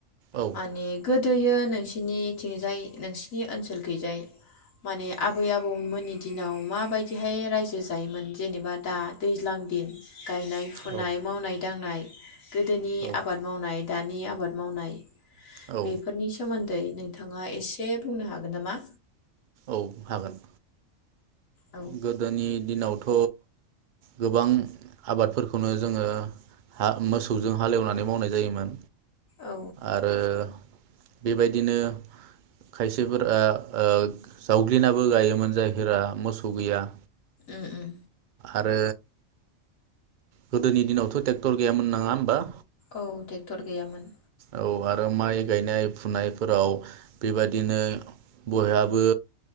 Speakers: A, on the right; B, on the left.
A: औ
B: माने गोद गोदोयो नोंसिनिथिंजाय नोंसिनि ओनसोल खैजाय माने आबै आबौमोननि दिनाव माबायदिहाय रायजो जायोमोन जेनेबा दा दैज्लां दिन गायनाय फुनाय
A: औ
B: मावनाय दांनाय गोदोनि
A: औ
B: आबाद मावनाय दानि आबाद मावनाय
A: औ
B: बेफोरनि सोमोन आदै नोंथाङा एसे बुंनो हागोन नामा
A: औ हागोन
B: औ
A: गोदोनि दिनावथ' गोबां आबादफोरखौनो जोङो ओ मोसौजों हालेवनानै मावनाय जायोमोन
B: औ
A: आरो बेबायदिनो खायसेफोरा ओ जावग्लिनाबो गायोमोन जायफोरा मोसौ थ' गैया
B: ओम ओम
A: आरो गोदोनि दिनावथ' टेक्टर गैयामोन नङा होमबा
B: औ ट्रेक्टर गैयामोन
A: औ आरो माइ गायनाय फुनायफोराव बेबादिनो बयहाबो